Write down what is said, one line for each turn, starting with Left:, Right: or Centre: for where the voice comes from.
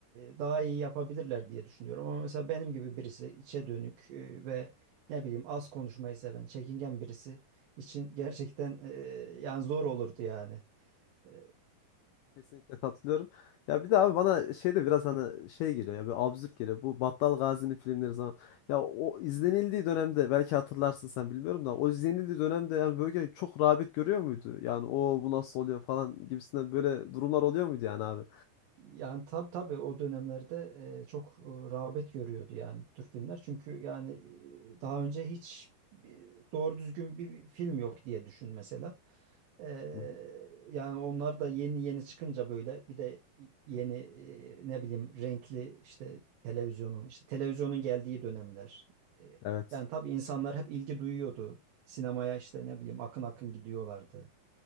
Right: e, daha iyi yapabilirler diye düşünüyorum ama mesela benim gibi birisi içe dönük e, ve ne bileyim az konuşmayı seven çekingen birisi için gerçekten e, yani zor olurdu yani. E,
Left: Kesinlikle katılıyorum. Ya bir de abi bana şey de biraz hani şey geliyor ya bir absürt geliyor. Bu Battal Gazi'nin filmleri zaman. Ya o izlenildiği dönemde belki hatırlarsın sen bilmiyorum da o izlenildiği dönemde yani böyle çok rağbet görüyor muydu? Yani o bu nasıl oluyor falan gibisinden böyle durumlar oluyor muydu yani abi?
Right: Yani tabii tabii o dönemlerde e, çok e, rağbet görüyordu yani bu tür filmler. Çünkü yani e, daha önce hiç e, doğru düzgün bir film yok diye düşün mesela. E,
Left: Hı hı.
Right: yani onlar da yeni yeni çıkınca böyle bir de yeni e, ne bileyim renkli işte televizyonun işte televizyonun geldiği dönemler. E,
Left: Evet.
Right: yani tabii insanlar hep ilgi duyuyordu. Sinemaya işte ne bileyim akın akın gidiyorlardı.